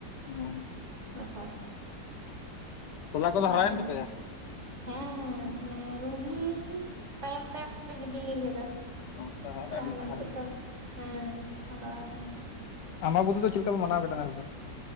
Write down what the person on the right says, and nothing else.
ᱨᱚᱦᱚᱭ
ᱫᱟᱜ
ᱫᱚ
ᱦᱮᱸ ᱦᱟᱱᱮ ᱨᱩᱦᱱᱤ ᱛᱟᱭᱚᱢ ᱛᱟᱭᱚᱢ ᱜᱮᱞᱮ ᱜᱤᱰᱤ ᱠᱟᱫᱟ
ᱛᱟᱦᱚᱞᱮ
ᱱᱤᱛᱚᱜ
ᱫᱚ ᱦᱮᱸ ᱦᱟᱨᱟ ᱠᱟᱱᱟ